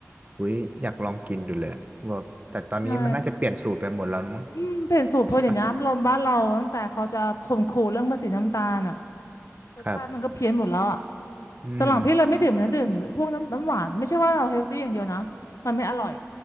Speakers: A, on the right (about 30°); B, on the left (about 85°).
A: อุ้ยอยากลองกินดูเลยว่าแต่ตอนนี้มันน่าจะเปลี่ยนสูตรไปหมดแล้วนะมั้ง
B: ใช่อืมเปลี่ยนสูตรเพราะอย่างนี้อารมณ์บ้านเราตั้งแต่เขาจะข่มขู่เรื่องภาษีน้ำตาลอ่ะ
A: ใช่ปะ
B: รสชาติมันก็เพี้ยนหมดแล้วอ่ะ
A: ครับอืม
B: ตอนหลังพี่เลยไม่ดื่มนะดื่มพวกน้ำน้ำหวานไม่ใช่ว่าเราเฮลตี้อย่างเดียวนะ มันไม่อร่อย